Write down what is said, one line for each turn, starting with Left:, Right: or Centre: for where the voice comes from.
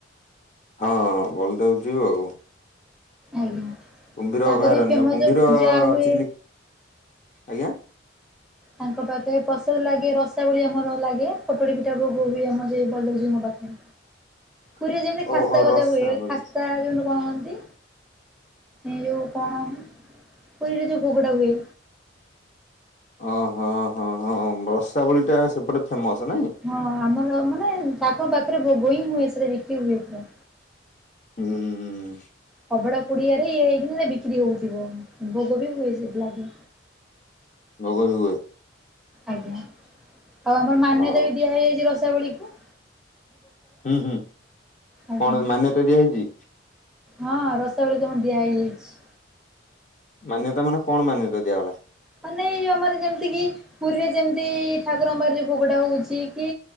Left: ହଁ ବଲଦେବ ଜୀଉ ଆଉ।
Centre: ଆଜ୍ଞା
Left: କୁମ୍ଭୀର
Centre: ତାଙ୍କର
Left: ଅଭୟାରଣ୍ୟ
Centre: ବି ଫେମସ
Left: କୁମ୍ଭୀର
Centre: ପୂଜା ହୁଏ।
Left: ଚିଲି ଆଜ୍ଞା।
Centre: ତାଙ୍କ ପାଖେ ପ୍ରସାଦ ଲାଗେ ରସାବଳି ଆମର ଲାଗେ। ପୋଟଳୀ ପିଠା ଭୋଗ ହୁଏ, ଆମର ସେଇ ବଳଦେବ ଜୀଉଙ୍କ ପାଖରେ।
Left: <inaudible>
Centre: ପୁରୀରେ ଯେମିତି ଖାସ୍ତା
Left: ଓହୋ
Centre: ଗଜା
Left: ରସାବଳି।
Centre: ହୁଏଖାସ୍ତା ଯୋଉୁ କଣ କହନ୍ତି ଏ ଯୋଉ କଣ ପୁରୀରେ ଯୋଉ ଭୋଗ ଟା ହୁଏ।
Left: ଓ ହଁ ହଁ ହଁ ରସାବଳି ଟା ସେପଟେ ଫେମସ ନାଇଁ।
Centre: ହଁ ଆମର ମାନେ ତାଙ୍କ ପାଖରେ ଭୋଗ ହିଁ ହୁଏ, ସେଟା ନୀତି ହୁଏ ପୁରା।
Left: ହୁଁ।
Centre: ଅବଢ଼ା କୁଡିଆରେ ଇଏ ହେଇକି ବିକ୍ରି ହଉଥିବ। ଭୋଗ ବି ହୁଏ ସେଥିଲାଗି।
Left: ଭୋଗ ବି ହୁଏ।
Centre: ଆଜ୍ଞା। ଆଉ ଆମର ମାନ୍ୟତା
Left: ହଁ
Centre: ବି ଦିଆ ହେଇଯାଇଛି ରସାବଳି କୁ।
Left: ହୁଁ ହୁଁ
Centre: ଆଜ୍ଞା।
Left: କଣ ମାନ୍ୟତା ଦିଆ ହେଇଚି।
Centre: ହଁ ରସାବଳି କୁ ଆମର ଦିଆ ହେଇଯାଇଛି।
Left: ମାନ୍ୟତା ମାନେ କଣ ମାନ୍ୟତା ଦିଆଗଲା?
Centre: ମାନେ ଆମର ଯେମିତି କିି ପୁରୀରେ ଯେମତି ଠାକୁର ଙ୍କ ପାଖରେ ଯୋଉ ଭୋଗଟା ହଉଚି, କି